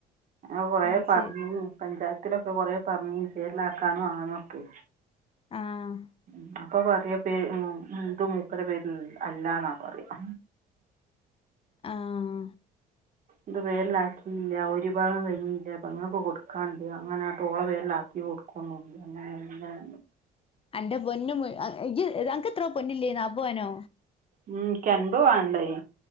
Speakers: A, on the right (about 50°); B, on the left (about 35°).
A: ആ കൊറെ
B: അത്
A: പറഞ്ഞു
B: ശരി
A: പഞ്ചായത്തിലൊക്കെ കൊറെ പറഞ്ഞി പേരിലാക്കാന്നും അങ്ങനൊക്കെ
B: ആഹ്
A: <unintelligible> ഇപ്പൊപറയാ പേ ഇത് മൂപ്പരെ പേരിലല്ലാന്നാ പറയാ
B: ആഹ്
A: ഇത് പേരിലാക്കിയില്ല ഒരു ഭാഗം കഴിഞ്ഞില്ല പെങ്ങക്ക്‌ കൊടുക്കാന് ണ്ട് അങ്ങന ആട്ടോളെ പേരിലാക്കി കൊടുക്കൊന്നുല്ല അങ്ങനെയങ്ങനെ
B: അന്റ പൊന്ന് മുയു അനക്ക് ഇത്രോ പൊന്നില്ലേന്ന് അറ്പത് പവനോ
A: മ് എനിക്കെൺപത് പവനുണ്ടായി